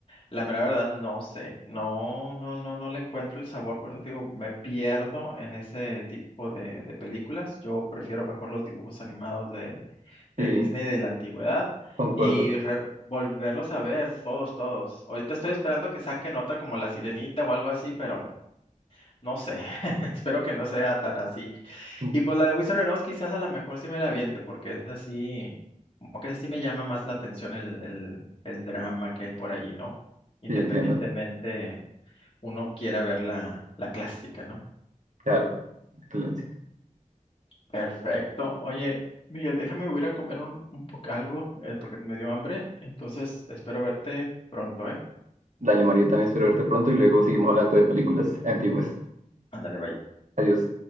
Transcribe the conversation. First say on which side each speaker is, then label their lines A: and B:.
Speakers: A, on the left (about 40°); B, on the right (about 70°).
A: la mera verdad no sé. No, no, no, no le encuentro el sabor, por eso te digo, me pierdo en ese tipo de, de películas. Yo prefiero mejor los dibujos animados de, de
B: Sí,
A: Disney de la antigüedad
B: concuerdo.
A: y re- volverlos a ver todos, todos. Ahorita estoy esperando que saquen otra como La Sirenita o algo así, pero. No sé, <laughs> espero que no sea tan así.
B: Mm,
A: Y pues la de Wizard of Oz quizás a lo mejor sí me la aviente, porque es así, como que así me llama más la atención el, el, el drama que hay por ahí, ¿no? Independientemente
B: Sí, entiendo.
A: uno quiera ver la, la clásica, ¿no?
B: Claro. Excelente.
A: Perfecto. Oye, Miguel, déjame voy a ir a comer un, un poco algo, eh, porque me dio hambre, entonces espero verte pronto, ¿eh?
B: Dale, Mario, también espero verte pronto y luego seguimos hablando de películas antiguas.
A: Ándale, bye.
B: Adiós.